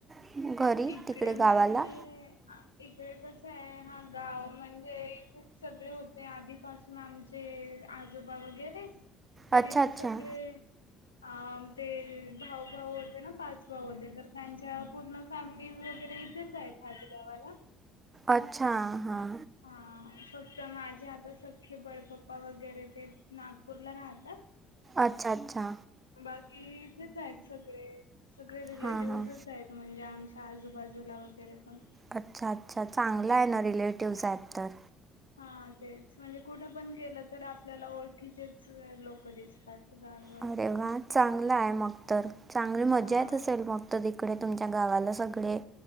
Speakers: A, on the right (about 25°); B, on the left (about 80°).
A: <inaudible>
B: इकडे
A: तिकडे
B: म्हणजे!
A: गावाला
B: इकडे कस आहे हा गाव म्हणजे खूप सगळे होते आधीपासून आम जे आजोबा वगैरे, तर
A: अच्छा
B: इथे
A: अच्छा
B: सगळे अ ते भाऊ, भाऊ होते ना पाच भाऊ होते तर त्यांच्या पूर्ण फॅमिली वगैरे इथेच आहेत याच गावाला.
A: अच्छा हां!
B: हा फक्त माझे आता सख्खे बडपप्पा वगैरे ते. नागपूरला राहता.
A: अच्छा अच्छा!
B: बाकी इथेच आहेत सगळे, सगळे रिलेटिव्हज.
A: हां हां
B: इथं आहेत म्हणजे आमच्या आजूबाजूला वगैरे पण.
A: अच्छा अच्छा चांगलं आहे ना रिलेटिव्हज आहेत तर.
B: हा तेच म्हणजे कुठं पण गेलं तर आपल्याला ओळखीचेच लोक दिसतात गावात.
A: अरे वा चांगलं आहे मग तर चांगली मजा
B: हा
A: येत असेल मग तर तिकडे तुमच्या गावाला सगळे